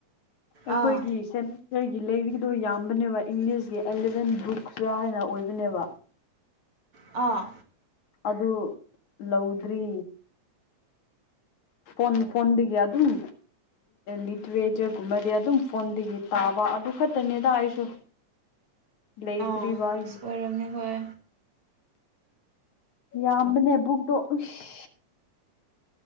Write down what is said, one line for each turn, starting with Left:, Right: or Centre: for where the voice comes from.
Left: ꯑꯩꯈꯣꯏꯒꯤ
Right: ꯑꯥ
Left: ꯁꯃꯤ ꯑꯩꯒꯤ ꯂꯩꯔꯤꯗꯣ ꯌꯥꯝꯕꯅꯦꯕ ꯏꯪꯂꯤꯁꯀꯤ ꯑꯦꯂꯚꯦꯟ ꯕꯨꯛꯁꯇ ꯍꯥꯏꯅ ꯑꯣꯏꯕꯅꯦꯕ
Right: ꯑꯥ
Left: ꯑꯗꯨ ꯂꯧꯗ꯭ꯔꯤ ꯐꯣꯟ ꯐꯣꯟꯗꯒꯤ ꯑꯗꯨꯝ ꯂꯤꯇꯔꯦꯆꯔ ꯒꯨꯝꯕꯗꯤ ꯑꯗꯨꯝ ꯐꯣꯟꯗꯒꯤ ꯇꯥꯕ ꯑꯗꯨ ꯈꯛꯇꯅꯤꯗ ꯑꯩꯁꯨ ꯂꯩꯗ꯭ꯔꯤꯕ
Right: ꯑꯥ
Left: ꯑꯩ
Right: ꯑꯁ ꯑꯣꯏꯔꯝꯅꯦ ꯍꯣꯏ
Left: ꯌꯥꯝꯕꯅꯦ ꯕꯨꯛꯇꯛꯇꯣ ꯎꯁ